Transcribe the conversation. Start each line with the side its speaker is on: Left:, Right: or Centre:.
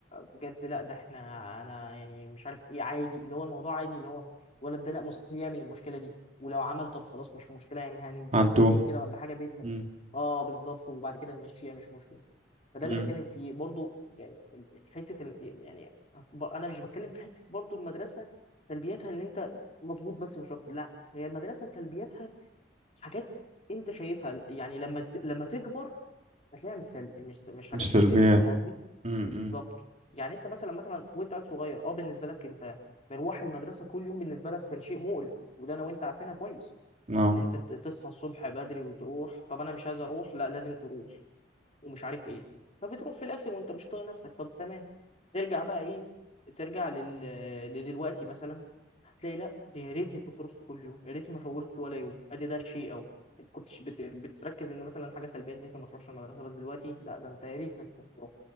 Left: بجد لا ده احنا انا يعني مش عارف ايه عادي اللي هو الموضوع عادي اللي هو الولد ده لا مستحيل يعمل المشكله دي ولو عمل طب خلاص مش مشكله يعني هنديله
Right: عدوه
Left: تنبيه كده ولا حاجه باذن
Right: مم.
Left: اه بالظبط وبعد كده نمشيها مش مشكله فده
Right: مم.
Left: اللي بتكلم فيه برضو يعني ال- حته ال- يعني ب- انا مش بتكلم في حته برضو المدرسه سلبياتها ان انت مضغوط بس مش اكتر لا هي المدرسه سلبياتها حاجات انت شايفها يعني لما ت... لما تكبر هتلاقيها مش سل... مش مش حاجات
Right: مش
Left: سلبيه
Right: سلبيات
Left: فاهم قصدي
Right: مم. مم.
Left: بالظبط يعني انت مثلا مثلا وانت عيل صغير اه بالنسبه لك انت مروح المدرسه كل يوم بالنسبه لك كان شيء مقرف وده انا وانت عارفينها كويس
Right: اه
Left: ان انت ت- تصحى الصبح بدري وتروح طب انا مش عايز اروح لا لازم تروح ومش عارف ايه فبتروح في الاخر وانت مش طايق نفسك طب تمام ترجع بقى ايه ترجع لل... لدلوقتي مثلا هتلاقي لا دي يا ريتني كنت رحت كل يوم يا ريتني ما فوتت ولا يوم ادي ده شيء او كنتش بت... بتركز ان مثلا حاجه سلبيه ان انت ما تروحش المدرسه بس دلوقتي لا ده انت يا ريتك كنت رحت